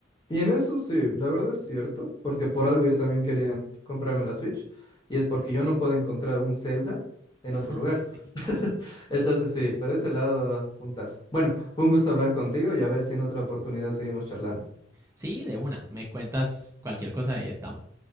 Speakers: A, on the left; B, on the right.
A: Y en eso sí, la verdad es cierto. Porque por algo yo también quería comprarme la Switch. Y es porque yo no puedo encontrar un Zelda en
B: <laughs>
A: otro lugar.
B: sí, claro.
A: Entonces sí, por ese lado, puntazo. Bueno, fue un gusto hablar contigo y a ver si en otra oportunidad seguimos charlando.
B: Sí, de una. Me cuentas cualquier cosa y estamos.